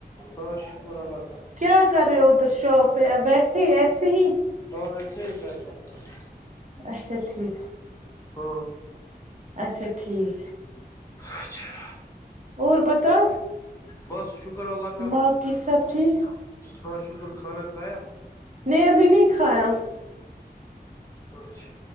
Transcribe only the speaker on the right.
کیایا کرے ادھر شاپ بیٹھ ایسے ہی
اچھا ٹھیک
اچھا ٹھیک
اور بتا
باقی سب ٹھیک
نےب نہیں کھایا <unintelligible>